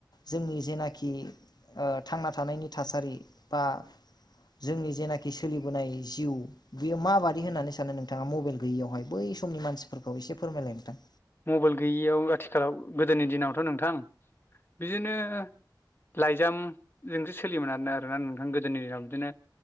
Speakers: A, on the left (about 60°); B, on the left (about 30°).
A: जोंनि जेनाखि ओ थांना थानायनि थासारि बा जोंनि जेनाखि सोलिबोनाय जिउ बियो माबादि होननानै सानो नोंथाङा मबाइल गैयियावहाय? बै समनि मानसिफोरखौ एसे फोरमायलाय नोंथां।
B: मबाइल गैयियाव आथिखालाव गोदोनि दिनावथ' नोंथां बिदिनो लाइजामजोंसो सोलियोमोन आरोना नोंथां। गोदोनि दिनाव बिदिनो